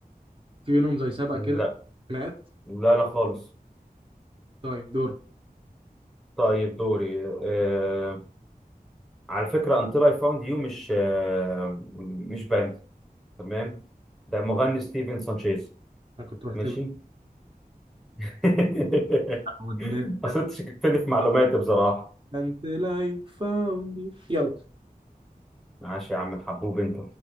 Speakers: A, on the right; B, in the centre.
A: في بينهم زي سبق
B: لا
A: كده خناقات
B: لا لا خالص
A: طيب دور
B: طيب دوري آه على فكرة Until I Found You مش آه مش باند تمام ده مغني ستيفن سانشيز
A: انا كنت بختبر
B: ماشي <laughs>
A: <laughs> I would never
B: اصل انت شككتني في معلوماتي بصراحة
A: until I found you يلا
B: ماشي يا عم الحبوب انت